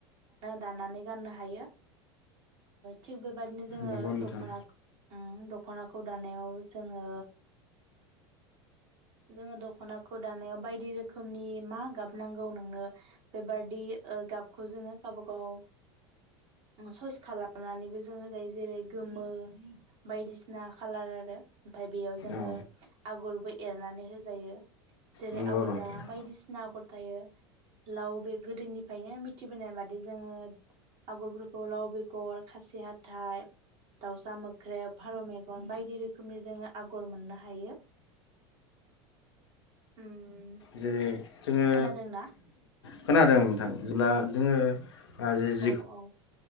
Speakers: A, on the right; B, on the left.
A: दानानै गाननो हाथों थेवबो बे बायदिनो। जोङो
B: नंगौ नोंथां
A: दख'ना <unintelligible> दानायाव जोंङो जोङो दखनाखौ दानायाव बायदि रोखोमनि मा गाब नांगौ नोंनो बेबादि ओ गाबखौ जोङो गाबा गाव सयस खालामनानैबो जो जायो जेरै गोमो बायदिसिना खालार आरो ओमफाय बेयाव जोङो
B: औ
A: आगरबो एरनानै होजायो जेरै
B: नंगौ
A: आगरा
B: नोंथां
A: बायदिसिना आगर थायो लाव बे गोदोनिफ्रायनो मिथिबोनाय बादि जोङो आगरफोरखौ लाव बेगर, खासि हाथाइ, दाउसा मोख्रेब, फारौ मेगन बायदि रोख रोखोमनि जोङो आगर मोननो हायो उम।
B: जेरै जोङो
A: खोनादोंना
B: खोनादों नोंथां जेब्ला जोङो जे जिखौ
A: औ औ।